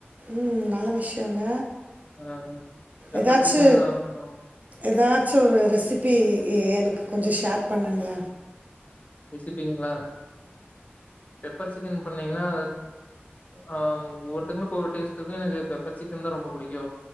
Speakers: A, on the right; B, on the left.
A: ம் நல்ல விஷயங்க
B: ஆ பெப்பர்
A: ஏதாச்சி
B: சிக்கன் நல்லா பண்ணுவேங்க
A: ஏதாச்சி ஒரு ரெசிபி எனக்கு கொஞ்ச ஷேர் பண்ணுங்கள
B: ரெசிபிங்ளா பெப்பர் சிக்கன் பண்ணீங்கனா ஆ ஒவ்வொருத்தவங்களுக்கு ஒவ்வொரு டேஸ்ட் இருக்கு ‌எனக்கு பெப்பர் சிக்கன்தா ரொம்ப புடிக்கு